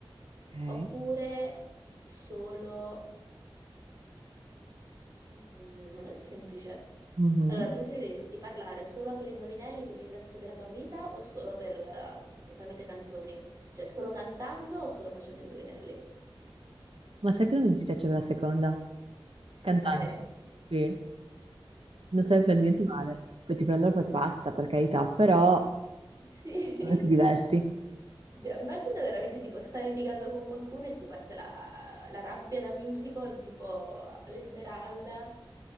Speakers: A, on the right; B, on the right.
A: Ok.
B: oppure solo... mm, non è semplice.
A: Mhm.
B: Allora, preferiresti parlare solo per indovinelli per il resto della tua vita o solo per, eh, tramite canzoni? Cioè, solo cantando o solo facendo indovinelli?
A: Ma sai che non mi dispiace per la seconda?
B: Cantare.
A: Cantante. Sì. Non sai per niente male. Poi ti prendono per pazza, per carità, però
B: Sì. <laughs>
A: come ti diverti.
B: Dio, Immagina veramente tipo stai litigando con qualcuno e ti parte la, la rabbia da musical, tipo all'Esmeralda.